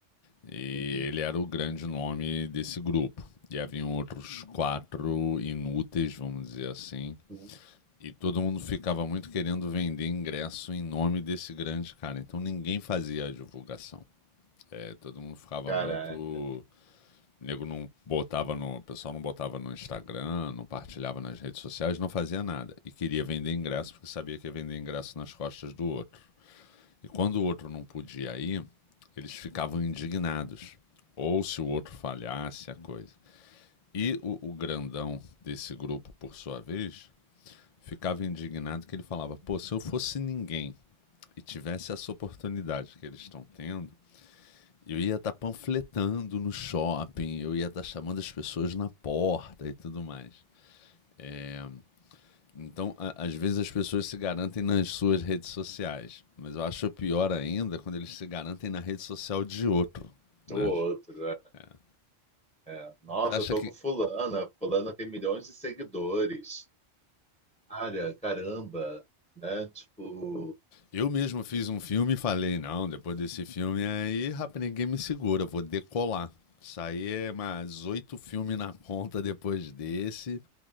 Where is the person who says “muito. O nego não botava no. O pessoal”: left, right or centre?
Left